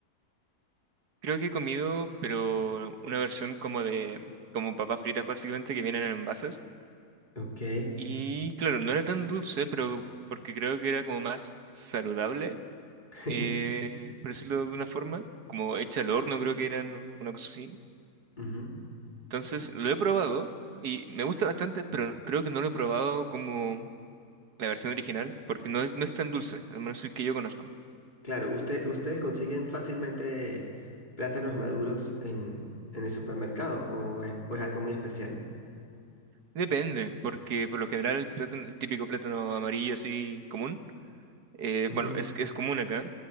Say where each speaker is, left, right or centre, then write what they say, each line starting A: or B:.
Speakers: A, on the right; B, on the left.
A: Creo que he comido, pero una versión como de, como papas fritas básicamente que vienen en envases.
B: Ok.
A: Y claro, no era tan dulce, pero porque creo que era como más saludable.
B: <laughs>
A: eh, por decirlo de alguna forma, como hecha al horno, creo que eran un- una cosa así.
B: Ujú.
A: Entonces lo he probado y me gusta bastante, pero creo que no lo he probado como la versión original, porque no es, no es tan dulce, al menos el que yo conozco.
B: Claro, usted, ustedes consiguen fácilmente plátanos maduros en, en el supermercado o es pues algo muy especial.
A: Depende, porque por lo general el plátano, el típico plátano amarillo así común, eh,
B: Ujú,
A: bueno, es, es común acá,